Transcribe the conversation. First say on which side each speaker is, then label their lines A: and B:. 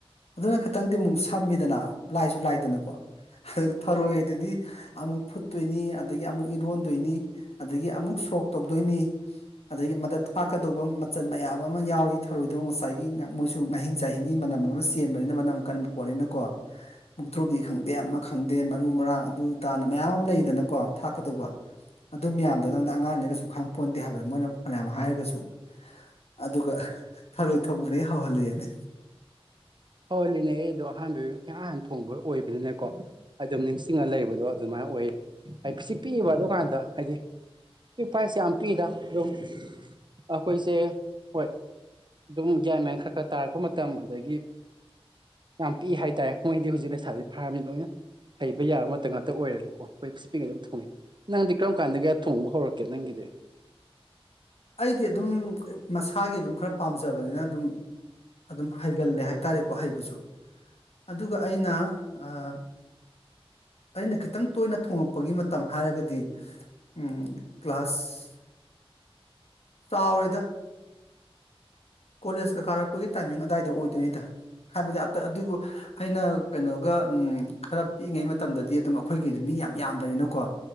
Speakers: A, on the left; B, on the right.
A: ꯑꯗꯨꯅ ꯈꯇꯪꯗꯤ ꯑꯃꯨꯛ ꯁꯝꯃꯤꯗꯅ ꯂꯥꯏꯁꯨ ꯂꯥꯏꯗꯅꯀꯣ ꯊꯔꯣꯏꯗꯨꯗꯤ ꯑꯃꯨꯛ ꯐꯨꯠ ꯇꯣꯏꯅꯤ ꯑꯗꯥꯒꯤ ꯑꯃꯨꯛ ꯏꯔꯣꯟꯗꯣꯏꯅꯤ ꯑꯗꯥꯒꯤ ꯑꯃꯨꯛ ꯁꯣꯛ ꯇꯧꯗꯣꯏꯅꯤ ꯑꯗꯥꯒꯤ ꯃꯥꯗ ꯊꯥꯛꯀꯗꯧꯕ ꯃꯆꯜ ꯃꯌꯥꯝ ꯑꯃꯥ ꯌꯥꯎꯔꯤ ꯊꯧꯔꯣꯏꯗꯣ ꯉꯁꯥꯏꯒꯤ ꯃꯣꯏꯁꯨ ꯉꯥꯍꯤꯡ ꯆꯥꯍꯤꯡꯒꯤ ꯃꯅꯝ ꯑꯃꯥ ꯆꯦꯟꯕꯅꯤꯅ ꯃꯅꯝ ꯀꯟꯕ ꯄꯣꯠꯅꯤꯅꯀꯣ ꯃꯨꯊ꯭ꯔꯨꯕꯤ ꯈꯪꯗꯦ ꯑꯃꯥ ꯈꯪꯗꯦ ꯃꯔꯨ ꯃꯔꯥꯡ ꯑꯗꯨ ꯑꯥꯗꯅ ꯃꯌꯥꯝ ꯑꯃꯥ ꯂꯩꯗꯅꯀꯣ ꯊꯥꯛꯀꯗꯧꯕ ꯑꯗꯨ ꯃꯌꯥꯝꯗꯣ ꯅꯪꯗꯤ ꯑꯉꯥꯡꯅꯤꯅꯁꯨ ꯈꯪ ꯄꯣꯟꯇꯦ ꯍꯥꯏꯕ ꯃꯣꯏꯅ ꯐꯥꯅ ꯌꯥꯝ ꯍꯥꯏꯔꯒꯁꯨ ꯑꯗꯨꯒ ꯊꯔꯣꯏ ꯊꯣꯡꯕꯗꯒꯤ ꯍꯧꯍꯜꯂꯦꯅꯦ
B: ꯍꯣꯏ ꯂꯩꯅꯦ ꯑꯩꯗꯣ ꯑꯍꯥꯟꯕ ꯏꯍꯥꯟ ꯍꯥꯟ ꯊꯣꯡꯕ ꯑꯣꯏꯕꯅꯤꯅꯀꯣ ꯑꯗꯨꯝ ꯅꯤꯡꯁꯤꯡꯉꯥ ꯂꯩꯕꯗꯣ ꯑꯗꯨꯃꯥꯏꯟ ꯑꯣꯏ ꯍꯥꯏꯗꯤ ꯄꯁꯤꯛ ꯄꯤꯏꯌꯦꯕ ꯑꯗꯨꯀꯥꯟꯗ ꯍꯥꯏꯗꯤ ꯐꯥꯏꯁꯦ ꯌꯥꯝ ꯄꯤꯛꯏꯗ ꯑꯗꯨꯝ ꯑꯩꯈꯣꯏꯁꯦ ꯍꯣꯏ ꯑꯗꯨꯝ ꯒ꯭ꯌꯥꯟ ꯃ꯭ꯌꯦꯟ ꯈꯔ ꯈꯔ ꯇꯥꯔꯛꯄ ꯃꯇꯝ ꯑꯗꯥꯒꯤ ꯌꯥꯝ ꯄꯤꯛꯏ ꯍꯥꯏꯇꯥꯔꯦ ꯀꯨꯏꯗ꯭ꯔꯤ ꯍꯧꯖꯤꯛ ꯂꯩꯁꯥꯥꯕꯤ ꯐꯥꯔꯝꯅꯤ ꯂꯣꯏꯅ ꯍꯩꯕ ꯌꯥꯕ ꯃꯇꯝ ꯉꯥꯛꯇ ꯑꯣꯏꯔꯦꯕꯀꯣ ꯑꯩꯈꯣꯏ ꯄꯤꯁꯤꯛ ꯄꯤꯏꯉꯩ ꯑꯗꯨꯝ ꯊꯣꯡꯉꯦ ꯅꯪꯗꯤ ꯀꯔꯝ ꯀꯥꯟꯗꯒꯤ ꯊꯣꯡꯕ ꯍꯧꯔꯛꯀꯦ ꯅꯪꯒꯤꯗꯤ
A: ꯑꯩꯗꯤ ꯑꯗꯨꯝ ꯃꯁꯥꯒꯤ ꯑꯗꯨꯝ ꯈꯔ ꯄꯥꯝꯖꯕꯅꯤꯅ ꯑꯗꯨꯝ ꯑꯗꯨꯝ ꯍꯩꯒꯜꯂꯦ ꯍꯥꯏꯇꯥꯔꯦꯀꯣ ꯍꯩꯕꯁꯨ ꯑꯗꯨꯒ ꯑꯩꯅ ꯑꯥ ꯑꯩꯅ ꯈꯤꯇꯪ ꯇꯣꯏꯅ ꯊꯣꯡꯉꯛꯄꯒꯤ ꯃꯇꯝ ꯍꯥꯏꯔꯒꯗꯤ ꯎꯝ ꯀ꯭ꯂꯥꯁ ꯀꯥꯎꯔꯦꯗ ꯀꯣꯂꯦꯁꯀ ꯀꯥꯔꯛꯄꯒꯤ ꯇꯥꯏꯃꯤꯡ ꯑꯗꯥꯏꯗ ꯑꯣꯏꯗꯣꯏꯅꯤꯗ ꯍꯥꯏꯕꯗꯤ ꯑꯗꯨꯕꯨ ꯑꯩꯅ ꯀꯩꯅꯣꯒ ꯎꯝ ꯈꯔ ꯄꯤꯛꯏꯉꯩ ꯃꯇꯝꯗꯗꯤ ꯑꯗꯨꯝ ꯑꯩꯈꯣꯏꯒꯤ ꯃꯤ ꯌꯥꯝ ꯌꯥꯝꯕꯅꯤꯅꯀꯣ